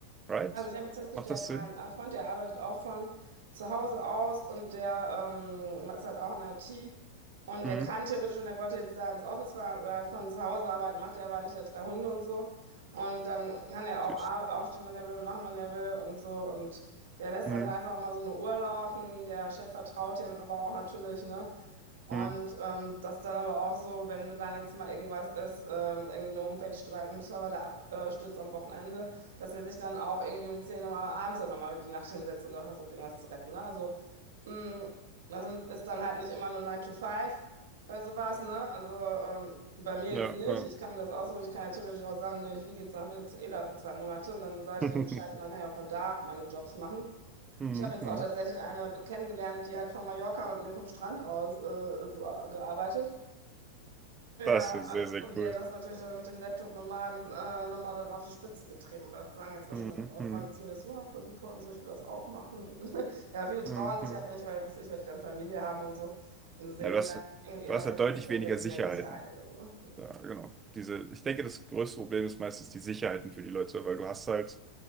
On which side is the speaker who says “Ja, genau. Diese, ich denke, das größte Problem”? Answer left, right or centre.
Right